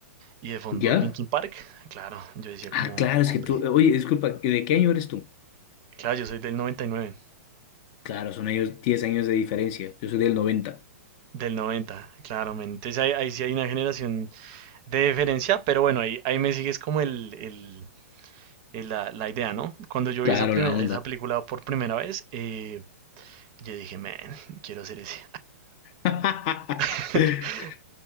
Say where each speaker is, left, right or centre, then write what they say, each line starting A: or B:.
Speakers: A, on the right; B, on the left.
A: y de fondo
B: ¿Ya?
A: Linkin Park, claro, yo decía
B: Ah,
A: como,
B: claro, es
A: hombre,
B: que tú, oye, disculpa, ¿de qué año eres tú?
A: claro, yo soy del 99.
B: Claro, son años, 10 años de diferencia, yo soy del noventa.
A: Del 90, claramente. Entonces ahí, ahí sí hay una generación de diferencia, pero bueno, ahí, ahí me sigues como el, el- el- la, la idea, ¿no? Cuando yo
B: Claro,
A: vi esa, primer-
B: la onda.
A: esa película por primera vez, eh, Yo dije, man, quiero hacer ese.
B: <laughs>
A: <laughs>